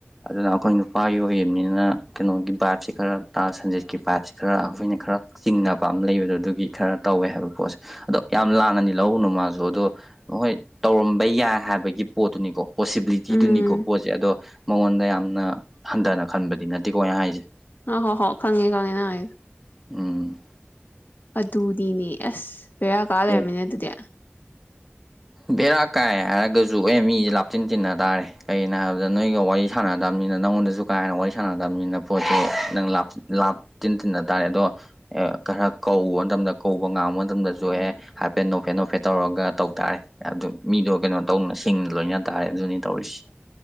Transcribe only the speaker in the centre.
ꯑꯗꯨꯅ ꯑꯩꯈꯣꯏ ꯅꯨꯄꯥꯒꯤ ꯑꯣꯏꯅꯤꯅ ꯀꯩꯅꯣꯒꯤ ꯕꯥꯏꯞꯁꯤ ꯈꯔ ꯇ ꯁꯟꯖꯤꯦꯠꯀꯤ ꯕꯥꯏꯞꯁꯤ ꯈꯔ ꯑꯩꯈꯣꯏꯅ ꯈꯔ ꯆꯤꯡꯅꯕ ꯑꯃ ꯂꯩꯕꯗꯣ ꯑꯗꯨꯒꯤ ꯈꯔ ꯇꯧꯋꯦ ꯍꯥꯏꯕ ꯄꯣꯠꯁꯦ ꯑꯗꯣ ꯌꯥꯝ ꯂꯥꯟꯅꯅꯤ ꯂꯧꯕꯅꯨ ꯃꯥꯁꯨ ꯑꯗꯣ ꯃꯣꯏ ꯇꯧꯔꯝꯕ ꯌꯥꯏ ꯍꯥꯏꯕꯒꯤ ꯄꯣꯠꯇꯨꯅꯤꯀꯣ ꯄꯣꯁꯤꯕꯤꯂꯤꯇꯤꯗꯨꯅꯤꯀꯣ
ꯄꯣꯠꯁꯦ ꯑꯗꯣ ꯃꯉꯣꯟꯗ ꯌꯥꯝꯅ ꯍꯟꯊꯅ ꯈꯟꯕꯗꯤ ꯅꯠꯇꯦꯀꯣꯅꯦ ꯍꯥꯏꯁꯦ
ꯎꯝ
ꯑꯗꯨ
ꯕꯦꯔꯥ ꯀꯥꯏ ꯍꯥꯏꯔꯒꯁꯨ ꯑꯦ ꯃꯤꯁꯦ ꯂꯥꯞꯆꯤꯟ ꯇꯤꯟꯅ ꯇꯥꯔꯦ ꯀꯩꯒꯤꯅꯣ ꯍꯥꯏꯕꯗ ꯅꯣꯏꯒ ꯋꯥꯔꯤ ꯁꯥꯟꯅꯗꯕꯅꯤꯅ ꯅꯪꯉꯣꯟꯗꯁꯨ ꯀꯥ ꯍꯦꯟꯅ ꯋꯥꯔꯤ ꯁꯥꯟꯅꯗꯕꯅꯤꯅ ꯄꯣꯠꯁꯤ ꯅꯪ ꯂꯥꯞꯆꯤꯟ ꯇꯤꯟꯅ ꯇꯥꯔꯦ ꯑꯗꯣ ꯈꯔ ꯀꯧꯕ ꯃꯇꯝꯗ ꯀꯧꯕ ꯉꯥꯡꯕ ꯃꯇꯝꯗꯁꯨ ꯑꯦ ꯍꯥꯏꯐꯦꯠ ꯅꯣꯞꯐꯦꯠ ꯅꯣꯞꯐꯦꯠ ꯇꯧꯔꯒ ꯇꯧ ꯇꯥꯔꯦ ꯑꯗꯨ ꯃꯤꯗꯣ ꯀꯩꯅꯣ ꯇꯧꯅ ꯁꯤꯡꯅ ꯂꯣꯏꯅ ꯇꯥꯔꯦ ꯑꯗꯨꯅꯤ ꯇꯧꯔꯤꯁꯦ